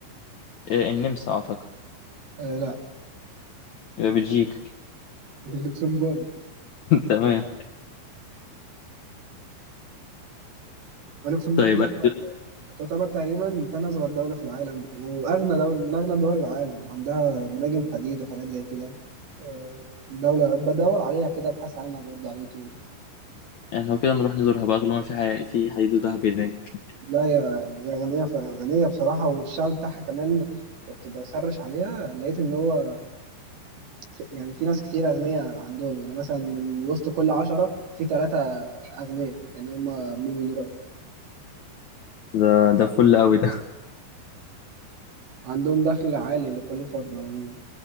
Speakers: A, on the left; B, on the right.
A: آه، النمسا اعتقد
B: آه، لا
A: يبقى بلجيكا
B: اللوكسمبورغ
A: <laughs> تمام
B: آه، لوكسمبورغ
A: طيب
B: دي
A: أنا-
B: تعتبر تقريبا تاني أصغر دولة في العالم وأغنى دولة من أغنى دول العالم عندها مناجم حديد وحاجات زي كده آه، دولة بدور عليها كده أبحث عنها برضه على اليوتيوب
A: احنا لو كده نروح نزورها بقى طالما في حي... في حديد ودهب هناك
B: لا هي هي غنية ف- غنية بصراحة والشعب بتاعها كمان كنت بسرش عليها لقيت إن هو في- يعني في ناس كتير أغنياء عندهم يعني مثلا من وسط كل عشرة في ثلاثة أغنياء يعني هما مليونيرات
A: ده ده فل قوي ده
B: عندهم دخل عالي لكل فرد عموما